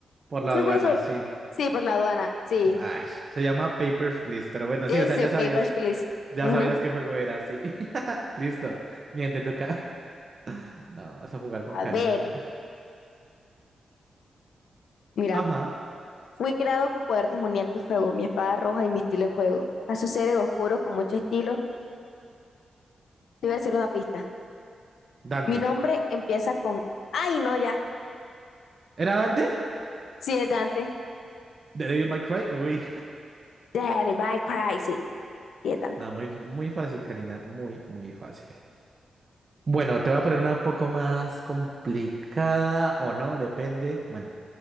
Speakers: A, on the right (about 35°); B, on the left (about 85°).
A: por la
B: ¿Ese
A: aduana,
B: juego solo?
A: sí.
B: Sí, por la aduana, sí.
A: Ay, se llama Papers, Please. Pero bueno,
B: Ese,
A: sí, o sea, ya
B: Papers,
A: sabías.
B: Please.
A: Ya
B: Ujú.
A: sabías qué juego era, sí. <laughs> Listo. Bien, te toca. <laughs> No, vas a jugar con Karina,
B: A ver,
A: no.
B: mira.
A: Ajá.
B: Fui creado con poder demoníaco y fuego, mi espada roja y mi estilo de juego. A su seres oscuros con mucho estilo. Te voy a hacer una pista.
A: Dante.
B: Mi nombre empieza con. ¡Ay, no, ya!
A: ¿Era Dante?
B: Sí, es Dante.
A: ¿De Devil May Cry? Uy.
B: David by Cry. Sí, sí, es Dante.
A: No, muy, muy fácil, Karina. Muy, muy fácil. Bueno, te voy a poner una poco más complicada o no, depende. Bueno,